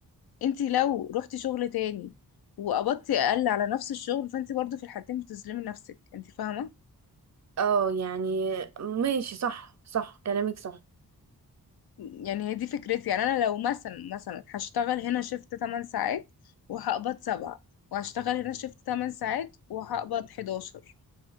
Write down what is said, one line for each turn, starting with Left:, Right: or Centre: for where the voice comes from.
Left: انتي لو رحتي شغل تاني وقبضتي أقل على نفس الشغل فانتي برضو في الحالتين بتظلمي نفسك انتي فاهمة؟
Right: اه يعني ماشي صح صح كلامك صح
Left: يعني هي دي فكرتي يعني أنا لو مثلا مثلا هشتغل هنا شفت 8 ساعات وهقبض 7 وهشتغل هنا شفت 8 ساعات وهقبض 11